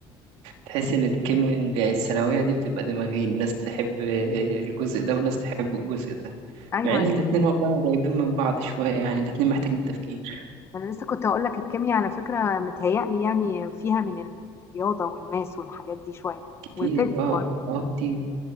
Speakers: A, on the right; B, on the left.
A: تحس إن الكيمياء الثانوية دي بتبقى دماغين ناس تحب الجزء ده وناس تحب الجزء ده
B: ايوه
A: مع إن
B: عشان
A: الاتنين والله قريبين من بعض شوية يعني الاتنين محتاجين تفكير
B: انا لسه كنت اقول لك الكيمياء على فكره متهيألي يعني فيها من الرياضه والماس والحاجات دي شويه
A: كتير
B: والفيزياء
A: اه
B: برضه
A: اه كتير